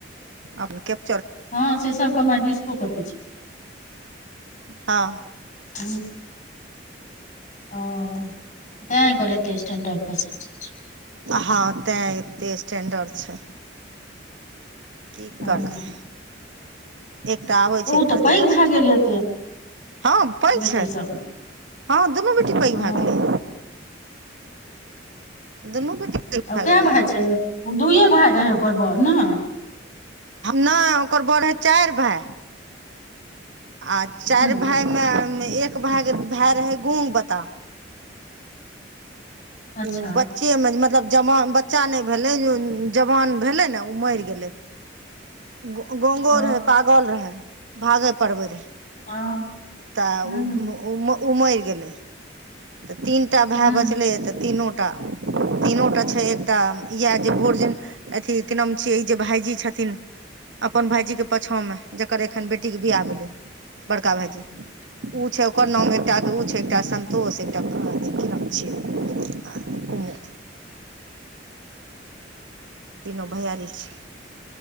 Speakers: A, on the right (about 75°); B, on the left (about 40°).
A: अपन कैप
B: हँ से सब के माय डिस्को कहै छै
A: हँ
B: ह ओ तै ऐकर ऐते स्टेंडर <unintelligible>
A: हँ तें एते स्टेंडर्ड छैय की
B: हँ
A: करतै एकटा आबै छै
B: ओ
A: एकटा
B: तऽ पैघ
A: जाइ
B: भए
A: छै
B: गेल हेतै
A: हँ पैघ
B: बेटी
A: छै
B: सब
A: हँ दुनू बेटी पैघ
B: हँ
A: भए गेलै दुनू बेटी पैघ
B: ओ कऽ
A: गेलैए
B: भए छै ओ दुइए भाय रहै ओकर बड़ ने
A: नहि ओकर बड़ रहे चारि भाय आ
B: हूँ
A: चारि भाय मे एक भ भाय रहे गोंग बताह
B: अच्छा
A: ओ बच्चे मे मतलब जवान बच्चा नहि भेलै जवान भेले नऽ ओ मरि गेलै ग गोंगो
B: ओ
A: रहे पागल रहे भागेय पढ़बे रहे
B: हँ
A: ता
B: हूँ
A: उ उ मे उ मेर गेलैय तऽ तीन टा भाय
B: हूँ
A: बचलै तऽ तीनो तीनो टा छै एकटा इएह जे भोज अथी कि नाम छियै ई जे भाायजी छथिन अपन भायजी के पछा में जकर ऐखन बेटी के बिियाह भेलै बड़का भायजी उ छै उकर नाम एक टा ओर छै एकटा सन संतोष एकटा कि नाम छियै कुमोद तीनो भैयारी छैय